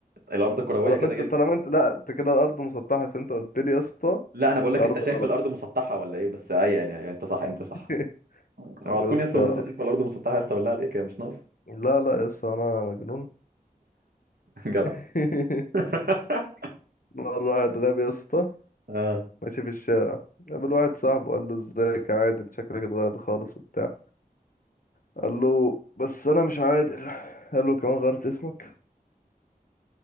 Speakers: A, on the right; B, on the left.
A: الأرض كروية
B: طالما
A: كده
B: انت
A: جدا
B: طالما انت لا انت كده الأرض مسطحة عشان انت قلت لي يا اسطى
A: لا أنا بقول لك
B: الأرض
A: انت شايف
B: غلط
A: الأرض مسطحة ولا ايه بس اي يعني أي انت صح انت صح
B: <laughs> طب
A: هو هتكون
B: يا اسطى
A: يسطا من الناس اللي شايفة الأرض مسطحة يسطا بالله عليك هي مش ناقصة
B: لا لا يا اسطى أنا مجنون
A: <laughs> جدع
B: <laughs>
A: <laughs>
B: مرة واحد غبي يا اسطى
A: اه
B: ماشي في الشارع قابل واحد صاحبه قال له ازيك يا عادل شكلك اتغير خالص وبتاع قال له بس أنا مش عادل قال له كمان غيرت اسمك